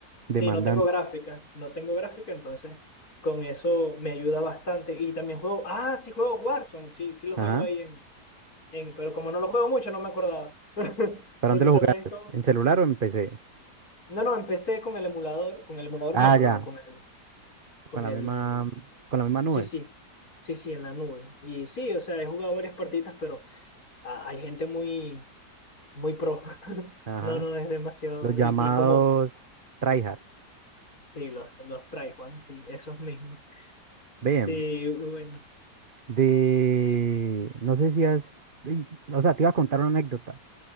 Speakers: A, on the right; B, on the left.
A: demandante.
B: sí, no tengo gráfica, no tengo gráfica, entonces con eso me ayuda bastante. Y también juego, ah, sí juego Warzone, sí, sí lo
A: Ajá,
B: juego ahí en, en, pero como no lo juego mucho, no me acordaba, <laughs>
A: ¿para
B: porque
A: dónde lo
B: también
A: jugabas?
B: es como,
A: ¿En celular o en PC?
B: no, no, empecé con el emulador, con el emulador
A: Ah,
B: no, perdón,
A: ya,
B: con el con
A: con la
B: el
A: misma, con la misma
B: Sí,
A: nube.
B: sí, sí, sí, en la nube. Y sí, o sea, he jugado varias partidas, pero ah, hay gente muy, muy pro. <laughs>
A: Ajá,
B: No, no, es demasiado.
A: los llamados
B: Y, y como,
A: tryhard.
B: sí, los, los trae, Juan, sí, esos mismos.
A: Bien,
B: Sí, bueno,
A: de, no sé si has, y- o sea, te iba a contar una anécdota.